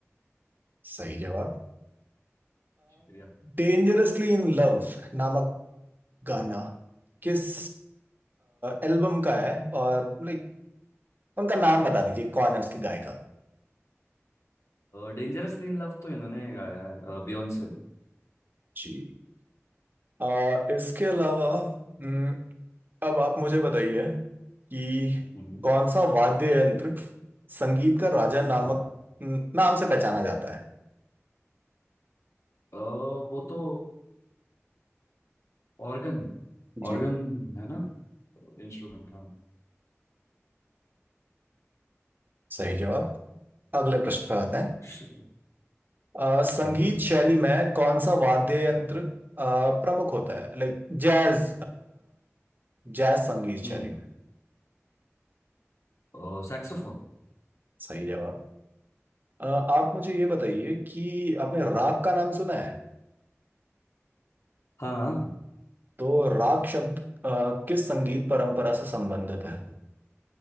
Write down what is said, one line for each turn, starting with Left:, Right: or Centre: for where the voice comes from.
Right: सही जवाब
Left: शुक्रिया
Right: डेंजरसली इन लव नामक गाना किस एल्बम का है और लाइक उनका नाम बता दीजिए कौन है उसकी गायिका
Left: डेंजरसली इन लव तो इन्होंने गाया है बियॉन्से ने
Right: जी अ, इसके अलावा हम्म, अब आप मुझे बताइए कि
Left: हम्म
Right: कौन सा वाद्य यंत्र संगीत का राजा नामक
Left: हम्म
Right: हम्म, नाम से पहचाना जाता है
Left: अ, वो तो ऑर्गन
Right: जी
Left: ऑर्गन है ना इंस्ट्रूमेंट हाँ
Right: सही जवाब अगले प्रश्न पर आते हैं
Left: शिट।
Right: अ, संगीत
Left: हाँ
Right: शैली में कौन सा वाद्य यंत्र अ, प्रमुख होता है लाइक जैज जैज संगीत
Left: हम्म
Right: शैली में
Left: ओ, सैक्सोफोन
Right: सही जवाब अ, आप मुझे ये बताइए कि आपने राग का नाम सुना है
Left: हाँ हाँ
Right: तो राग शब्द अ, किस संगीत परंपरा से संबंधित है